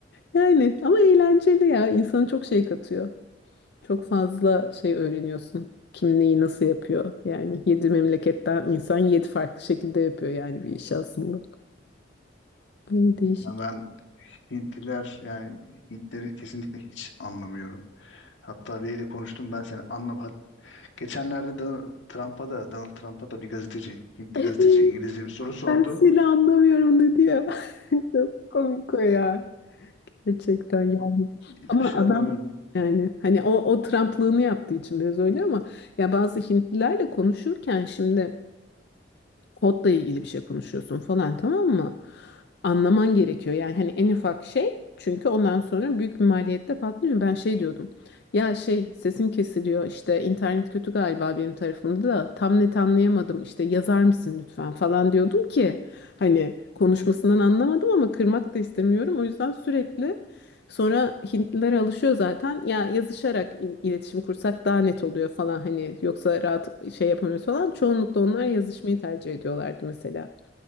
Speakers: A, on the left; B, on the left.
A: Yani ama eğlenceli ya. İnsana çok şey katıyor. Çok fazla şey öğreniyorsun. Kim neyi nasıl yapıyor? Yani yedi memleketten insan yedi farklı şekilde yapıyor yani bir iş aslında. Öyle değişik.
B: Yani ben Hintliler yani Hintleri kesinlikle hiç anlamıyorum. Hatta biriyle konuştum ben seni anlam. Hat- Geçenlerde da Trump'a da Donald Trump'a da bir gazeteci, Hintli
A: Evet,
B: gazeteci İngilizce bir soru sordu.
A: ben seni anlamıyorum dedi ya. <laughs> Çok komik o ya. Gerçekten yani.
B: Hiçbir
A: Ama
B: şey
A: adam
B: anlamıyorum.
A: yani hani o, o Trumplığını yaptığı için biraz öyle ama ya bazı Hintlilerle konuşurken şimdi kodla ilgili bir şey konuşuyorsun falan tamam mı? Anlaman gerekiyor yani hani en ufak şey çünkü ondan sonra büyük bir maliyette patlıyor. Ben şey diyordum ya şey sesim kesiliyor işte internet kötü galiba benim tarafımda da tam net anlayamadım işte yazar mısın lütfen falan diyordum ki hani konuşmasından anlamadım ama kırmak da istemiyorum o yüzden sürekli Sonra Hintliler alışıyor zaten. Ya yazışarak il- iletişim kursak daha net oluyor falan hani yoksa rahat şey yapamıyoruz falan. Çoğunlukla onlar yazışmayı tercih ediyorlardı mesela.